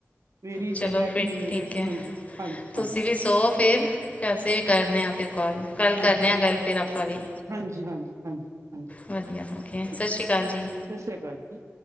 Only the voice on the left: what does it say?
ਚਲੋ
ਫਿਰ
ਠੀਕ
ਹੈ
ਤੁਸੀਂ
ਵੀ ਸੋ ਫਿਰ ਅਸੀਂ ਵੀ ਕਰਦੇ ਹਾਂ ਫਿਰ ਕਾਲ ਕੱਲ
ਕਰੇ
ਹਾਂ ਗੱਲ ਫਿਰ ਆਪਾਂ ਵੀ
ਵਧੀਆ ਓਕੇ
ਸ਼੍ਰੀ ਅਕਾਲ ਜੀ